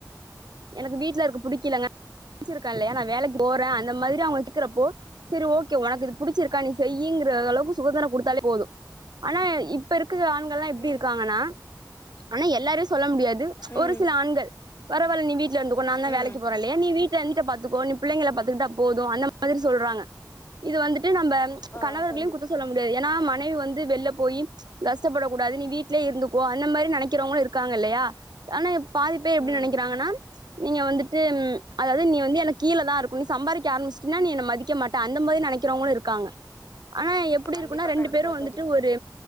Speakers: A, on the right; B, on the left.
A: எனக்கு வீட்டுல இருக்கு புடிக்கலங்க ச்சிருக்க இல்லையா நா வேலைக்கு போறே அந்த மாதிரி அவங்க கேக்கிறப்போ சரி ஓகே ஒனக்கு இது புடிச்சிருக்கா நீ செய்யிங்கற அளவுக்கு சுகந்தரோ கொடுத்தாலே போது ஆனா இப் இப்ப இருக்கிற ஆண்கள்லா எப்படி
B: ம்
A: இருக்காங்கன்னா ஆனா எல்லாரையு சொல்ல முடியாது
B: ம்
A: ஒரு சில ஆண்கள் பரவால் நீ வீட்ல இருந்துகோ நா தா வேலக்கு
B: ம்
A: போர இல்லையா நீ வீட்ல இந்துட்டு பாத்துகோ நீ புள்ளைகள பாத்துகிட்டா போது அந்த மாதிரி சொல்றாங்க இது வந்துட்டு நம்ப
B: ஆ
A: கணவர்களையு
B: கண்டிப்பா
A: குத்து சொல்ல முடியாது ஏனா மனைவி வந் து வெள்ளப் போய்யி கஷ்டபட கூடாது நீ வீட் லியே இருந்துக்கோ அந்த மாரி நனைக்கிறவங்களு இருக்காங்க இல்லையா ஆனா பாதிபேர் எப்படி
B: ம்
A: நனைகிறாங்கன்னா நீங்க வந்துட்டு ம் அதாவது நீ வந்து எனக் கீழே தா இருக்கனு நீ சம்பாரிக்க ஆரம்ஸ்டீனா நீ என்ன மதி க்க மாடே அந்த மாரி நனைக்கிறவகளு இருக்காங்க ஆனா எப்படி
B: கண்டிப்பா
A: இருக்குன்னா ரெண்டு
B: கண்டிப்பா
A: பேரு வந்துட்டு
B: தோழி
A: ஒரு